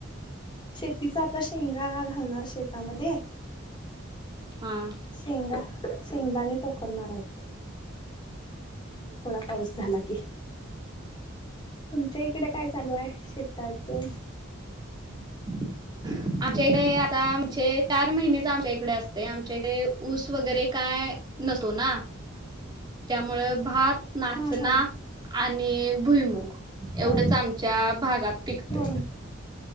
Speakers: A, on the left; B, on the right.
A: शेतीच आता, शेंगा घालणार शेतामध्ये.
B: हां.
A: शेंगा शेंगदाणे टोकणनार आहेत. आणि थोडा पाऊस झाला कि, तुमच्या इकडे काय चालू हाय शे काय ते?
B: <inaudible> आमच्याकडे आता आमचे चार महिनेच आमच्या इकडे असते, आमच्या इकडे ऊस वगैरे काय नसतो ना, त्यामुळे भात नाचना
A: हा हा
B: आणि भुईमुग एवढंच
A: हा
B: आमच्या भागात पिकतंय.
A: हो